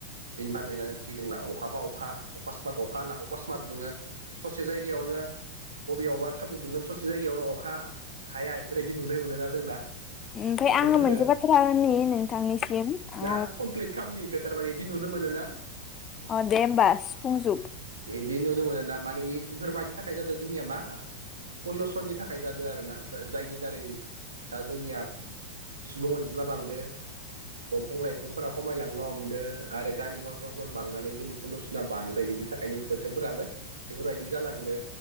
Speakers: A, on the right; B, on the left.
A: ओ फोरमायनानै थि नोंला अखाबा अखा अकसमात अखा होनना अकसमात दुङो ससे जायगायावनो बबेयावबा सान्दुं दुंगोन ससे जायगायावनो अखा हायाय फोरबायदि नुनाय मोनोना जोंना दा
B: ओमफ्राय
A: बोथोरफोरखो
B: आङो मोनसे बाथ्रा होननि नोंथांनिसिम अ
A: दा आं कमप्लिट खालामनि सोरबा इदि नुनो मोनो ना
B: अ दे होमबाथ सि बुंजोब
A: बि नुनो मोनो ना माने इफोरबादिनि थाखाय जादों जोंनिया मा पलुसननि थाखाय जादों आरो ना जायनि दारै दा जोंनिया सुबुं अनजिमा बांदो दंफां लाइफांफोराव खमायलांनो हमदो आरो गारि मथरफोन बांनानै जोंनि पलुसना बांदो इनि थाखायनो बोथोरफोराबो बेफोरबायदि जालांदो